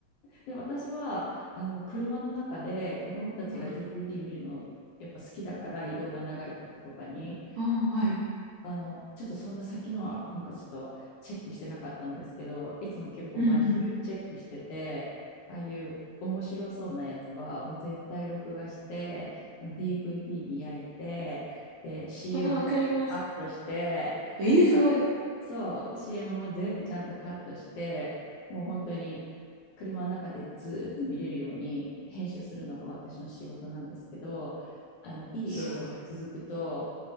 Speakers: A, on the left; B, on the right.
A: で、私はあの車の中で子供たちが
B: はい
A: DVD 見るのやっぱ好きだから移動が長い時とかに
B: ああ、はい。
A: あの、ちょっとそんな先のは今回ちょっとチェックしてなかったんですけど、いつも結構毎週チェックしてて、
B: うんうん。
A: ああいう面白そうなやつはもう絶対録画して、もう DVD に焼いて、で、CM
B: ああ、わかります。
A: のとこカットして、
B: ええすごい。
A: あそう、CM も全部ちゃんとカットして、もう本当に車の中でずーっと見れるように編集するのが私の仕事なんですけど、あの、いい映画が続くと、
B: すごい。